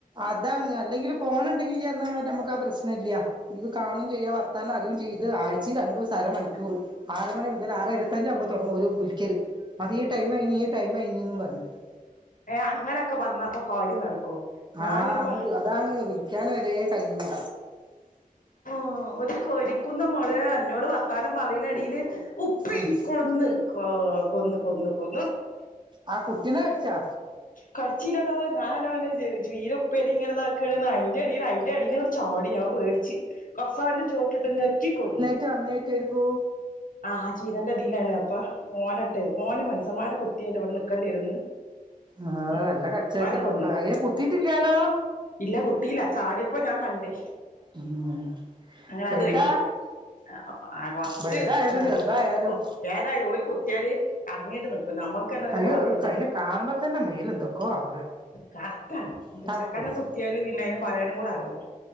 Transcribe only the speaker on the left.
ഏഹ് അങ്ങനൊക്കെ പർഞ്ഞാപ്പൊ കാര്യം നടക്കോ? ഞാനിപ്പ
ആഹ് ഒരു കൊരിക്കുന്നമളെ അന്നോട് വർത്താനം പറയിണെടേല് ഉപ്പെരി
കൊന്ന്. കൊ കൊന്ന് കൊന്ന് കൊന്ന്.
കടിച്ചീല ടൊ ഞാനോന്നൊട് ച്ചീ ചീരെപ്പേരി ങ്ങന താക്കേണ്ന്ന്. അയിന്റെ എടീല് അയ്ന്റെ എടീന്ന് ചാടി. ഞാൻ പേട്ച്ച്. കസാൽന്റെ ചോട്ടിട്ട് നെക്കിക്കൊന്നു.
ആഹ് ചീരന്റെതിലാണ്. അപ്പൊ ഓനെട്ടേ. ഓന് മൻസന്മാരെ കു ത്തില്ലേ വടെ നിക്കേണ്ടിയെ രൊ ന്ന്.
ഉം
ഓനെക്കൊന്ന്.
ഇല്ല. കുത്തീല്ല. ചാട്യ പ്പൊ ഞാൻ കണ്ട്.
അങ്ങനെ
അത് കയ്ഞ്ഞ്. ആഹ് അഹ് കൊറ്ച്ച്.
ഏഹ്
ഏതാലും ഓല് കു ത്യാല് കറങ്ങീട്ട് നിക്കും. നമ്മൾക്കെന്നെ പിന്നെ
പറയാണ്ടെ.
കറക്റ്റാണ്. ന്റെ
ചക്കനെ
കുത്യാല് പിന്നെ അയിന് പറയാനും കൂടെ അറിയൂല.